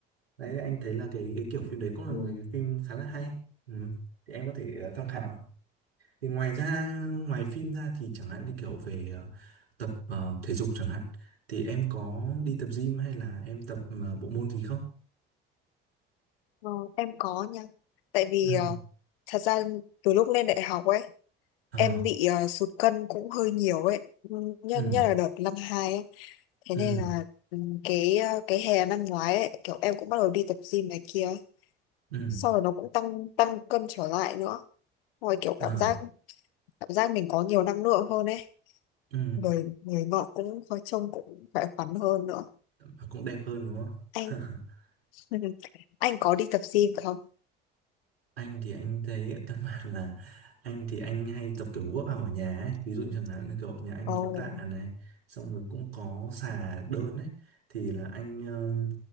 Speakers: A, on the right; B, on the left.
A: đấy anh thấy là cái cái kiểu phim đấy cũng là
B: ừ.
A: một cái phim khá là hay ừ. thì em có thể ờ, tham khảo thì ngoài ra ngoài phim ra thì chẳng hạn như kiểu về ờ, tập ờ, thể dục chẳng hạn thì em có đi tập gym hay là em tập ờ, bộ môn gì không
B: Ờ, em có nha tại vì
A: ừ
B: ờ, thật ra từ lúc lên đại học ấy
A: ờ
B: em bị ờ, sụt cân cũng hơi nhiều ấy Ừ, nhất
A: ừ
B: nhất là đợt năm hai ấy thế
A: ừ
B: nên là ừ, cái ờ, cái hè năm ngoái ấy kiểu em cũng bắt đầu đi tập gym này kia ấy.
A: ừ
B: sau rồi nó cũng tăng tăng cân trở lại nữa rồi kiểu
A: ờ
B: cảm giác cảm giác mình có nhiều năng lượng hơn ấy
A: ừ
B: người người ngọ cũng hơi trông cũng khỏe khoắn hơn nữa
A: và cũng đẹp hơn đúng
B: anh
A: không <laughs>
B: <laughs> anh có đi tập gym không
A: anh thì anh thấy căn bản là anh thì anh hay tập kiểu work out ở nhà ấy ví dụ chẳng hạn như kiểu nhà anh
B: Ồ,
A: có tạ này xong rồi cũng có xà đơn ấy thì là anh ờ,